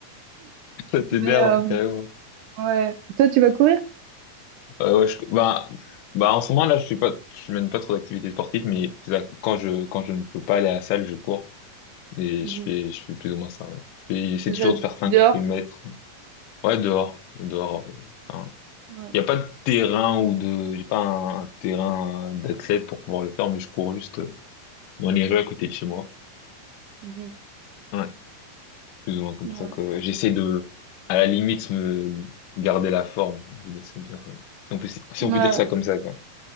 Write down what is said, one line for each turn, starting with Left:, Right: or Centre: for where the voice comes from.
Left: <laughs> Ça t'énerve,
Right: Mais euh,
Left: carrément.
Right: ouais. Toi, tu vas courir?
Left: Ouais, ouais, je, bah, bah, en ce moment, là, je suis pas, je mène pas trop d'activités sportives, mais ça, quand je, quand je ne peux pas aller à la salle, je cours. Et
Right: Mhm.
Left: je fais, je fais plus ou moins ça, ouais. Je fais, j'essaie
Right: Tu fais
Left: toujours
Right: ça
Left: de faire 5
Right: dehors?
Left: kilomètres. Ouais, dehors, dehors. enfin,
Right: Ouais.
Left: Il n'y a pas de terrain ou de, j'ai pas un, un terrain d'athlète pour pouvoir le faire, mais je cours juste euh, dans les rues à côté de chez moi.
Right: Mhm.
Left: Ouais, plus ou moins comme
Right: Ouais.
Left: ça, quoi. J'essaie de, à la limite, me garder la forme. Si on peut dire si on peut si
Right: Ouais.
Left: on peut dire ça comme ça, quoi.